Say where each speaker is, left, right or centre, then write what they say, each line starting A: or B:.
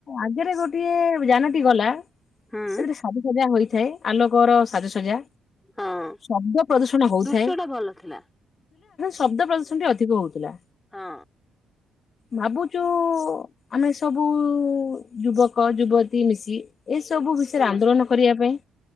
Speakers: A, on the left; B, on the left.
A: ଆଗରେ ଗୋଟେ ଗୋଟିଏ ଯାନଟି ଗଲା
B: ହୁଁ
A: ସେ ଗଟେ ସାଜସଜା ହୋଇଥାଏ। ଆଲୋକର ସାଜସଜା
B: ହଁ
A: ଶବ୍ଦ ପ୍ରଦୂଷଣ ହଉଥାଏ।
B: ଦୃଶ୍ୟ ଟା ଭଲ ଥିଲା
A: ଶବ୍ଦ ପ୍ରଦୂଷଣଟି ଅଧିକ ହଉଥିଲା।
B: ହଁ।
A: ଭାବୁଛୁ ଆମେ ସବୁ ଯୁବକ ଯୁବତୀ ମିଶି ସବୁ ବିଷୟରେ
B: ହଁ
A: ଆନ୍ଦୋଳନ କରିବା ପାଇଁ